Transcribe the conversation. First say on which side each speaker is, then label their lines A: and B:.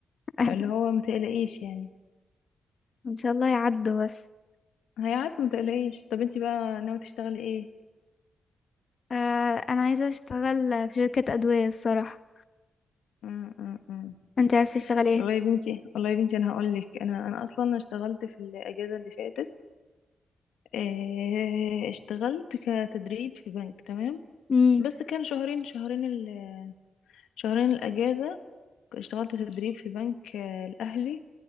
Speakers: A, on the left; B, on the left.
A: <laughs>
B: اللي هو ما تقلقيش يعني
A: ان شاء الله يعدوا بس
B: هيعدي ما تقلقيش طب انت بقى ناوي تشتغلي ايه
A: آه انا عايزه اشتغل في شركه ادويه الصراحه
B: م -م -م.
A: انت عايز تشتغل ايه
B: والله يا بنتي والله يا بنتي انا هقول لك انا انا اصلا اشتغلت في الاجازة اللي فاتت اه اشتغلت كتدريب في بنك تمام
A: امم
B: بس كان شهرين شهرين ال... شهرين الأجازة اشتغلت تدريب في بنك آه، الأهلي